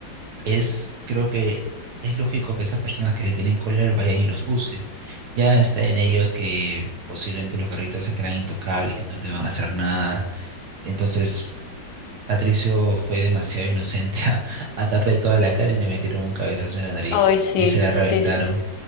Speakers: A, on the right (about 70°); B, on the left (about 85°).
A: es, creo que es lógico que esas personas que le tienen cólera vayan y los busquen. Ya está en ellos que posiblemente los garritos se crean intocables, que no le van a hacer nada. Entonces, Patricio fue demasiado inocente <laughs> a, a darle toda la cara y le metieron un cabezazo en la nariz
B: Ay, sí,
A: y se la reventaron.
B: sí, sí.